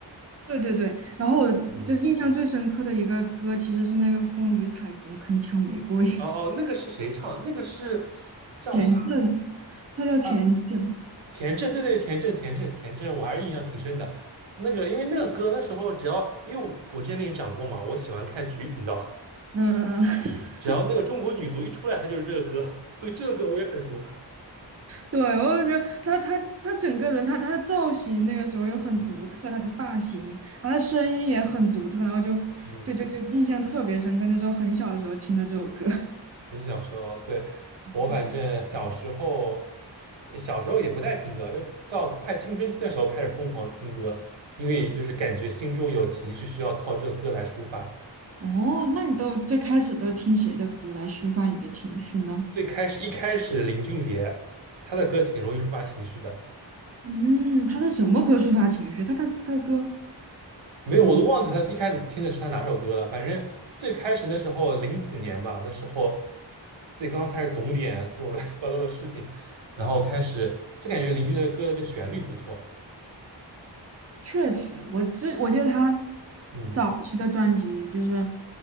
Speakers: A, on the right; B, on the right.
A: 对对对。然后我就是印象最深刻的一个歌，
B: 嗯。
A: 其实是那个《风雨彩虹铿锵玫瑰》，
B: 哦哦，那个是谁唱的？那个是
A: <laughs>
B: 叫啥
A: 田震，他叫田震，
B: 啊？田震，对对，田震，田震，田震，我还是印象挺深的。那个，因为那个歌那时候只要，因为我我之前跟你讲过嘛，我喜欢看体育频道。
A: 嗯嗯嗯。
B: 只要那个中国女足一出来，她就是这个歌，<laughs> 所以这个歌我也很熟。
A: 对，我就觉得他他他整个人，他他的造型那个时候又很独特，
B: 嗯
A: 他的发型，然后他声音也很独特，然后就
B: 嗯，
A: 就就就印象特别深刻。那时候很小的时候听的这首歌。
B: 很想说，对，
A: <laughs>
B: 我反正小时候，小时候也不太听歌，就到快青春期的时候开始疯狂听歌，因为就是感觉心中有情绪需要靠这个歌来抒发。
A: 哦，那你都最开始都听谁的歌来抒发你的情绪呢？
B: 最开始一开始林俊杰，他的歌挺容易抒发情绪的，
A: 嗯，他的什么歌抒发情绪？他的他的歌，
B: 没有，
A: 比如
B: 我都忘记他一开始听的是他哪首歌了。反正最开始那时候零几年吧，那时候自己刚刚开始懂点这种 <laughs> 乱七八糟的事情，然后开始就感觉邻居的歌的这旋律不错。
A: 确实，我记我记得他
B: 嗯，
A: 早期的专辑就是